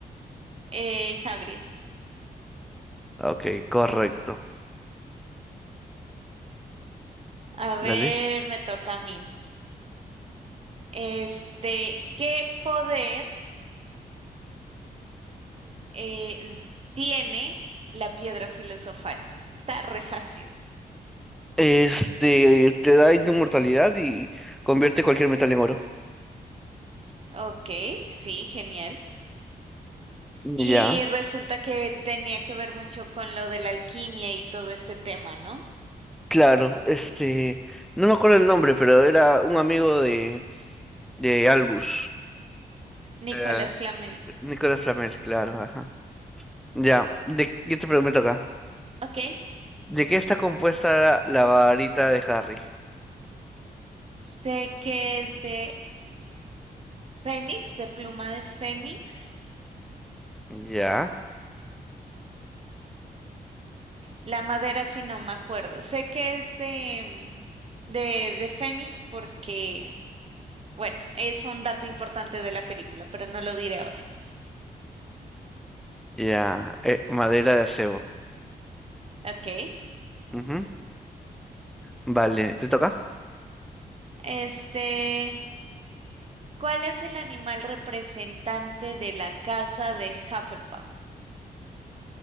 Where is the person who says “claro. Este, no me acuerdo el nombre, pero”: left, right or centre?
Centre